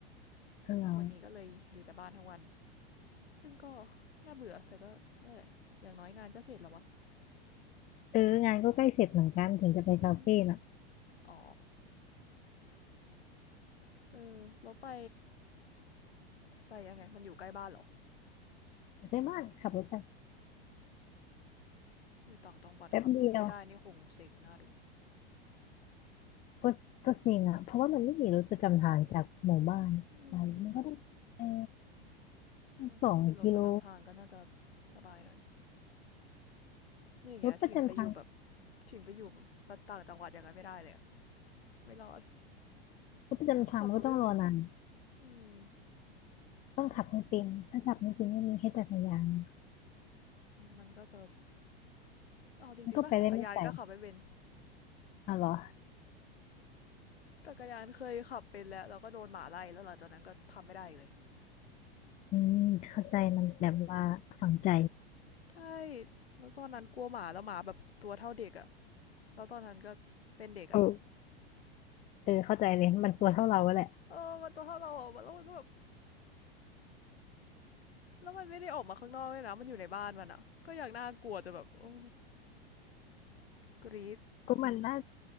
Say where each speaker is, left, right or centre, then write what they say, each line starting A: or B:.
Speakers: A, on the left; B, on the left.
A: เออ
B: วันนี้ก็เลยอยู่แต่บ้านทั้งวันซึ่งก็น่าเบื่อแต่ก็นั่นแหละอย่างน้อยงานก็เสร็จแล้ววะ
A: เอองานก็ใกล้เสร็จเหมือนกันถึงจะไปคาเฟ่น่ะ
B: อืม อ๋อ <laughs> เออแล้วไปไปยังไงมันอยู่ใกล้บ้านเหรอ
A: ไปบ้านขับรถไป
B: อยู่ต่างจังหวัดขับรถไม่ได้นี่คงเซ็งน่าดู
A: แป๊บเดียวก็ก็เซ็งอ่ะเพราะว่ามันไม่มีรถประจำทางจากหมู่บ้านไปมันก็ต้องเออ
B: อืม
A: ต้องสองกิโล
B: แล้วถ้ามันมีรถประจำทางก็น่าจะสบายหน่อยอย่างเงี้ยถิงไปอยู่แบบ
A: รถประจำทาง
B: ถิงไปอยู่แบบต่างจังหวัดอย่างไรไม่ได้เลยไม่รอด
A: รถประจำทางมันก็ต้องรอนาน
B: <laughs> ขับรถไม่เป็นอืม
A: ต้องขับให้เป็นถ้าขับไม่เป็นก็มีให้แค่จักรยานนะ
B: มันก็จะเอาจริงๆป่ะจักรยานก็ขับไม่เป็น
A: มันก็ไปได้ไม่ไกลอ๋อเหรอ
B: จักรยานเคยขับเป็นแล้วเราก็โดนหมาไล่แล้วหลังจากนั้นก็ทำไม่ได้เลย
A: อืมเข้าใจมันแบบว่าฝังใจ
B: ใช่แล้วตอนนั้นกลัวหมาแล้วหมาแบบตัวเท่าเด็กอะแล้วตอนนั้นก็เป็นเด็กอะ
A: เออเออเข้าใจเลยมันตัวเท่าเราแหละ
B: เออมันตัวเท่าเราอะแล้วมันก็แบบแล้วมันไม่ได้ออกมาข้างนอกเลยนะมันอยู่ในบ้านมันอะก็อย่างน่ากลัวจะแบบโอ้กรีด
A: ก็มันน่า